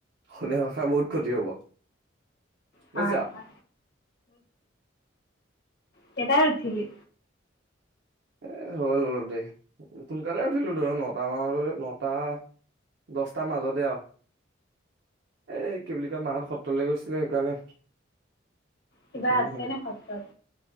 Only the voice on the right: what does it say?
অসমীয়া ভাষা- বহুত ক্ষতি হ'ব।
বুজিছা
এ' হ'ল অলপ দেৰি, সোনকালে উঠিলো ধৰা নটা মান নটা- দহটাৰ মাজতে আৰু। এই কি বুলি কয় মাহঁত সত্ৰলৈ গৈছিলে সেইকাৰণে-
ভালে